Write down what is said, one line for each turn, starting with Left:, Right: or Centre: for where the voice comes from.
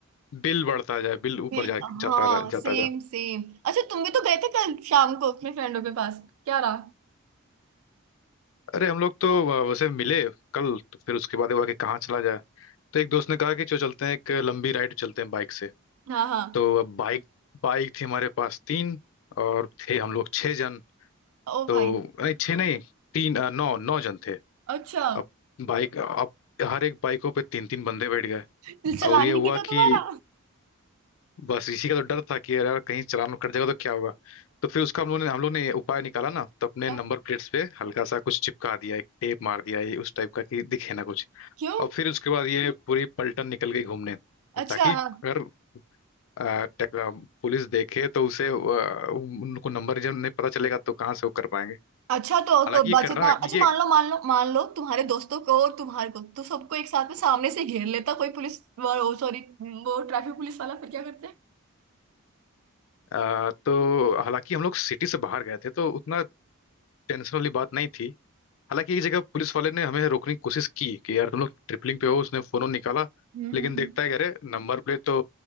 Left: बिल बढ़ता जाए बिल ऊपर
Right: बिल-
Left: जा,
Right: हाँ
Left: जाता रह, जाता
Right: सेम
Left: जा
Right: सेम अच्छा तुम भी तो गए थे कल शाम को अपने फ्रेंडों के पास क्या रहा
Left: अरे हम लोग तो अ, उसे मिले कल तो फिर उसके बाद हुआ कि कहाँ चला जाए तो एक दोस्त ने कहा कि चलो चलते हैं एक लंबी राइड चलते हैं बाइक से
Right: हाँ हाँ
Left: तो अब बाइक बाइक थी हमारे पास तीन और थे हम लोग छह जन
Right: ओ
Left: तो
Right: भाई
Left: नहीं छह नहीं तीन अ, नौ नौ जन थे
Right: अच्छा
Left: अब बाइक अब हर एक बाइकों पे तीन तीन बंदे बैठ गए
Right: दिल चलान
Left: अब ये
Right: नहीं
Left: हुआ
Right: कटा
Left: कि
Right: तुम्हारा
Left: बस इसी का तो डर था कि यार यार कहीं चालान कट जाएगा तो क्या होगा तो फिर उसका हम लोगों ने हम लोग ने उपाय निकाला ना तो अपने
Right: क्या?
Left: नंबर प्लेट्स पे हल्का सा कुछ चिपका दिया एक टेप मार दिया ये उस टाइप का कि दिखे ना कुछ
Right: क्यों
Left: और फिर उसके बाद ये पूरी पलटन निकल गई घूमने
Right: अच्छा
Left: ताकि
Right: हाँ।
Left: अगर अ, टेक- अ, पुलिस देखे तो उसे अ, उनको नंबर जब नहीं पता चलेगा तो कहाँ से वो कर पाएंगे
Right: अच्छा
Left: हालांकि
Right: तो क-
Left: ये
Right: बच्चे
Left: करना
Right: मान- अच्छा
Left: ये
Right: मान लो मान लो मान लो तुम्हारे दोस्तों को और तुम्हारे को तो सबको एक साथ में सामने से घेर लेता कोई पुलिस वो सॉरी वो ट्रैफिक पुलिस वाला फिर क्या करते
Left: अ, तो हालांकि हम लोग सिटी से बाहर गए थे तो उतना टेंशन वाली बात नहीं थी हालांकि एक जगह पुलिस वाले ने हमें रोकने की कोशिश की कि यार तुम लोग ट्रिपलिंग पे हो उसने फोन निकाला
Right: हम्म
Left: लेकिन
Right: हम्म, हम्म।
Left: देखता है कि अरे नंबर प्लेट तो